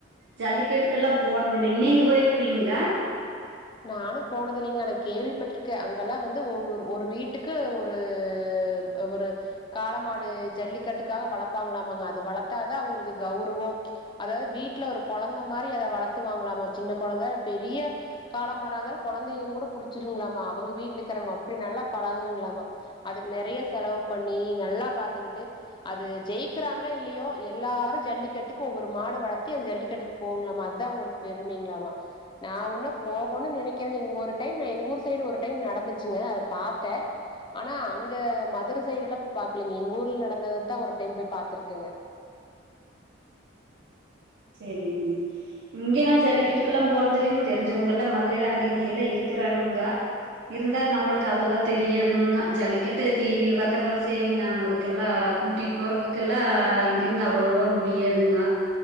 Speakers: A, on the right; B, on the left.
A: ஜல்லிக்கட்டுக்கெல்லா போனதில்லைங் நீங் பொய்ருக்கிறீங்ளா
B: நானு போனதில்லைங்க ஆனா கேள்விப்பட்ருக்கே அங்கெல்லா வந்து ஒவ்வொரு ஒரு வீட்டுக்கு ஒரு அ ஒரு காலமாடு ஜல்லிக்கட்டுக்காக வளப்பாங்களாமாங்க அது வளத்தாதா அவுங்களுக்கு கௌரவோ ஓ அதாவது வீட்ல ஒரு கொழந்த மாரி அத வளத்து வாங்கலாமா சின்ன கொழந்த பெரீய காலமாடா இருந்தாலு கொழந்தையு கூட புடிச்சிருங்களாமா அவங்க வீட்ல இக்கறவங்க அப்டி நல்லா பழகுங்களாமா அதுக்கு நெறையா செலவு பண்ணி நல்லா பாத்துக்கிட்டு அது ஜெயிக்றாங்களோ இல்லியோ எல்லாரு ஜல்லிக் கட்டுக்கு ஒவ்வொரு மாடு வளத்தி அது ஜல்லிக்கட்டுக் போகுங்ளாமா அத்தா அவுங்ளுக் பெருமைங்ளாமா நா ஒன்னு போகனு நெனைக்கிறே இங்க ஒரு டைம் எங்க ஊர் சைடு ஒரு டைம் நடந்துச்சுங்க அத பாத்தே ஆனா அங்க மதுர சைடெல்லா போய் பாக்லீங்க எங்க ஊர்ல நடந்தத தா ஒரு டைம் போய் பாத்ருக்கேங்க
A: செரிங் இங்க நா ஜல்லிக்கட்டுக்கெல்லா போனதில்லைங் தெரிஞ்சவங்கெல்லா மதுரைல அங்க இங்கியெல்லா இருக் குறாங்க இருந்தாலு நம்முளுக் அதெல்லா தெரியாதுங்க ஜல்லிக்கட்டு டி வில பாக்றதோட சேரிங் நாம் அதுக்கெல்லா கூட்டிட் போறதுக்கெல்லா இங்கிருந் அவ்ளோ தூரோ முடியாதுங்க